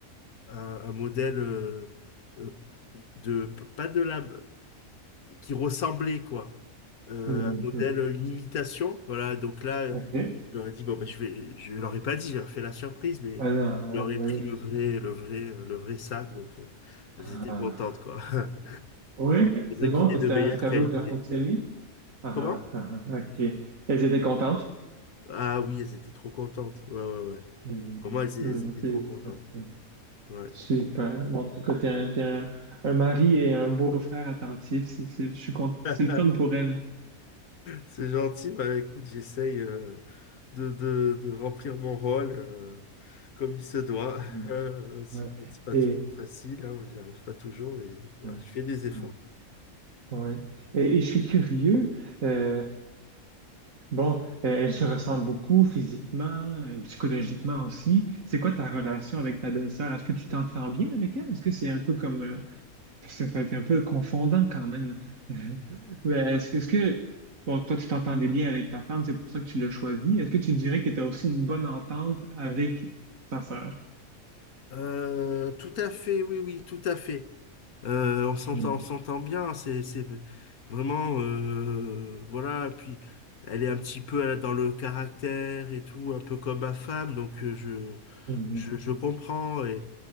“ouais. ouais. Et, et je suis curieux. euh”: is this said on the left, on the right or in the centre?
Right